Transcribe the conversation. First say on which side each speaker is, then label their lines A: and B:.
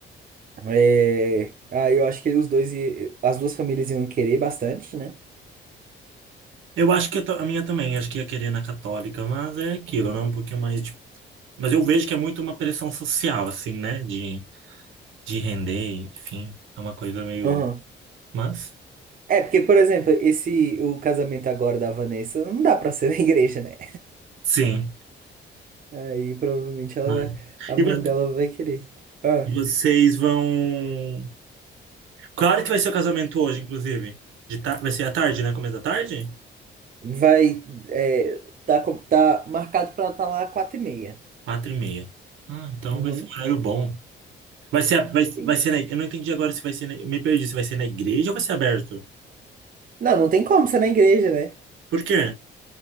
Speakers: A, on the right (about 45°); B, on the right (about 80°).
A: É, aí eu acho que os dois, i- as duas famílias iam querer bastante, né?
B: Eu acho que eu ta- a minha também, eu acho que ia querer na católica, mas é aquilo, né? Um pouquinho mais de... Mas eu vejo que é muito uma pressão social, assim, né? De, de render, enfim. É uma coisa meio...
A: Aham.
B: Mas,
A: É, porque, por exemplo, esse, o casamento agora da Vanessa não dá pra ser na <laughs> igreja, né?
B: sim.
A: Aí provavelmente ela
B: Vai.
A: vai, a mãe
B: E vo-
A: dela vai querer. Ah.
B: vocês vão... Qual hora que vai ser o casamento hoje, inclusive? De ta... Vai ser à tarde, né? Começo da tarde?
A: Vai. É, tá, com- tá marcado pra estar lá quatro e meia.
B: Quatro e meia. Ah, então
A: Uhum.
B: vai ser um horário bom. Vai ser, a- vai,
A: Sim.
B: vai ser na... Eu não entendi agora se vai ser... na- Me perdi, se vai ser na igreja ou vai ser aberto?
A: Não, não tem como ser na igreja, né?
B: Por quê?